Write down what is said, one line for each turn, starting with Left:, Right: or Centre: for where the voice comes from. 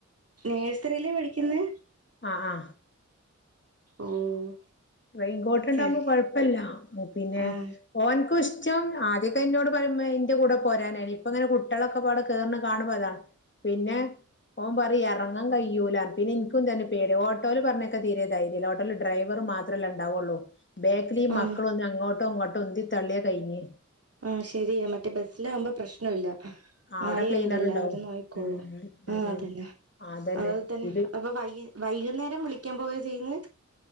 Right: നേഴ്സറിയില പഠിക്കുന്നെ
Left: ആ ആ
Right: ഓഹ്
Left: റെയിൻകോട്ട്ണ്ടാവുമ്പോ
Right: ശരി
Left: കൊഴപ്പല്ല. ഉം പിന്നെ
Right: ആഹ്
Left: ഓൻക്കുഇഷ്ടം ആദ്യക്കെ ഇന്നോട് പറിം മ്മേ ഇന്റെ കൂടെ പോരാനായിനി. ഇപ്പങ്ങനെ കുട്ട്യാളൊക്കെപാടെ കേർനെകാണ്പോ അതാണ് പിന്നെ ഓൻ പറിം എറങ്ങാൻ കയ്യൂലാന്ന് പിന്നെ ഇൻക്കും തന്നെ പേടിയാ. ഓട്ടോല് പർഞ്ഞയക്കാൻ തീരെ ധൈര്യല്ല ഓട്ടോല് ഡ്രൈവർ മാത്രല്ലേണ്ടാവുള്ളൂ ബേക്കിലീ
Right: ആഹ്
Left: മക്കളൊന്ന് അങ്ങോട്ടൊ ഇങ്ങോട്ടൊ ഒന്ന് ഉന്തി തള്ളിയ കൈഞ്ഞ്
Right: ആഹ് ശെരിയ മറ്റേ ബസ്സില് ആകുമ്പം പ്രശ്ന ഇല്ല
Left: ആ അവിടെ
Right: ആയ
Left: ക്ലീനർ
Right: ഉണ്ടല്ലോ
Left: ഉണ്ടാവും
Right: അവര് നോക്കിക്കോളൂ
Left: ഉം ഉം ഉം
Right: ആഹ്
Left: ഉം
Right: അതന്നെ
Left: അതന്നെ
Right: അതുലെ തന്നെ
Left: ഇത്
Right: അപ്പൊ വൈ വൈകുന്നേരം വിളിക്കാൻ പോയ തേന്ന്